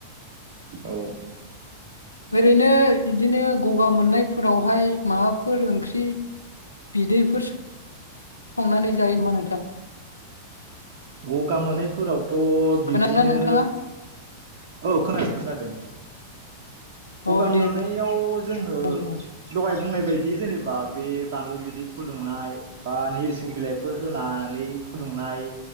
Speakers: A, on the right; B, on the left.
A: औ।
B: ओरैनो इदिनो गगा मोननायफोरावहाय माबाफोर ओंख्रि बिदैफोर स <inaudible> सनानै जायो नामा नोंथां।
A: गगा मोननायफोरावथ बिब्दिनो
B: खोनादोंना नोंथाङा?
A: औ खोनादों खोनादों। गगा
B: औ
A: मोननायाव
B: दे बुं
A: जोङो
B: बुं बुं
A: दहाय बुंनाय बेबायदि जेनेबा बे बानलु बिदै फुदुंनाय बा नोरसिं बिलाइफोर होनानै फुदुंनाय